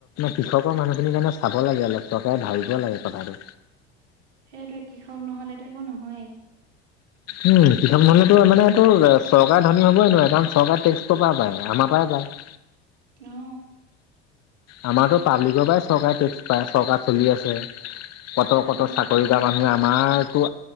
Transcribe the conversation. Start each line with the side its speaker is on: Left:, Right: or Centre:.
Left: কৃষকৰ মানুহখিনিৰ কাৰণে চাব লাগে অলপ, চকাৰে ভাবিব লাগে কথাটো।
Right: সেইটোৱে কৃষক নহলেতো একো নহয়েই
Left: উম, কৃষক নহ'লেতো মানে এইটো চৰকাৰে ধনী হ'বই নোৱাৰে কাৰণ চৰকাৰ টেক্স ক'ৰ পৰা পায়, আমাৰ পৰাই পায়।
Right: অ
Left: আমাৰতো পাব্লিকৰ পৰাই চৰকাৰে টেক্স পায় চৰকাৰ চলি আছে, কট কট
Right: অ
Left: চাকৰি কৰা মানুহে আমাৰতো